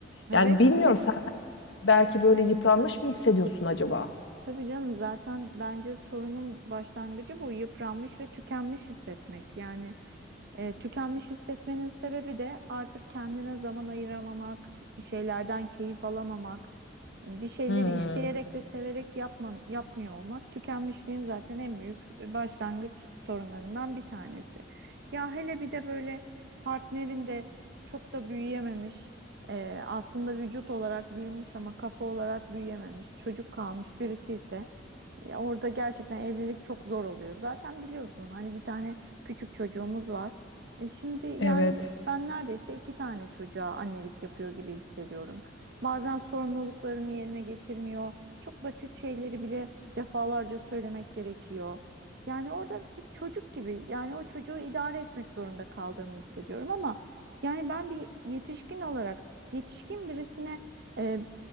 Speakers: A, on the right (about 60°); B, on the left (about 70°).
A: Evet.
B: Yani bilmiyorum sen belki böyle yıpranmış mı hissediyorsun acaba?
A: Tabii canım zaten bence sorunun başlangıcı bu yıpranmış ve tükenmiş hissetmek. Yani e, tükenmiş hissetmenin sebebi de artık kendine zaman ayıramamak, bir şeylerden keyif alamamak, bir şeyleri
B: Hmm,
A: isteyerek ve severek yapma, yapmıyor olmak. Tükenmişliğin zaten en büyük başlangıç sorunlarından bir tanesi. Ya hele bir de böyle partnerin de çok da büyüyememiş. Ee, aslında vücut olarak büyümüş ama kafa olarak büyüyememiş, çocuk kalmış birisi ise ya orada gerçekten evlilik çok zor oluyor. Zaten biliyorsun hani bir tane küçük çocuğumuz var. E şimdi yani
B: Evet.
A: ben neredeyse iki tane çocuğa annelik yapıyor gibi hissediyorum. Bazen sorumluluklarını yerine getirmiyor. Çok basit şeyleri bile defalarca söylemek gerekiyor. Yani orada bir çocuk gibi yani o çocuğu idare etmek zorunda kaldığımı hissediyorum ama yani ben bir yetişkin olarak yetişkin birisine e,